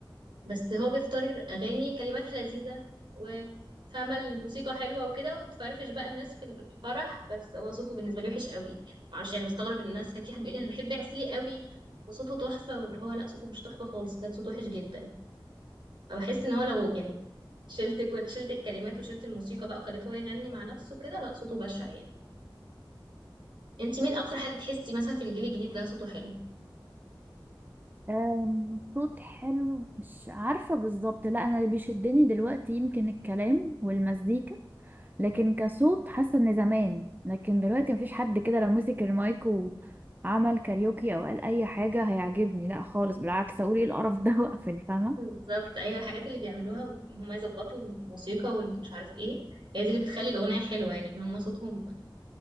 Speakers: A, on the right; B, on the right.
A: بس هو بيختار اغاني كلماتها لذيذه وفاهمه الموسيقى حلوه وكده وتفرفش بقى الناس في الفرح بس هو صوته بالنسبه لي وحش قوي معرفش يعني بستغرب ان الناس كان في حد بيقول لي انا بحب عسيلي قوي وصوته تحفه واللي هو لا صوته مش تحفه خالص بجد صوته وحش جدا فبحس ان هو لو يعني شلت كل شلت الكلمات وشلت الموسيقى بقى وخليته هو يغني مع نفسه كده لا صوته بشع يعني انت مين اكتر حد تحسي مثلا في الجيل الجديد ده صوته حلو
B: أم، صوت حلو مش عارفة بالظبط لا أنا اللي بيشدني دلوقتي يمكن الكلام والمزيكا لكن كصوت حاسة إن زمان لكن دلوقتي مفيش حد كده لو مسك المايك وعمل كاريوكي أو قال أي حاجة هيعجبني لا خالص بالعكس أقول إيه القرف ده <laughs> وأقفل فاهمة
A: بالظبط ايوه الحاجات اللي بيعملوها ان هم يظبطوا الموسيقى والمش عارف ايه هي دي اللي بتخلي الاغنيه حلوه يعني كان هم صوتهم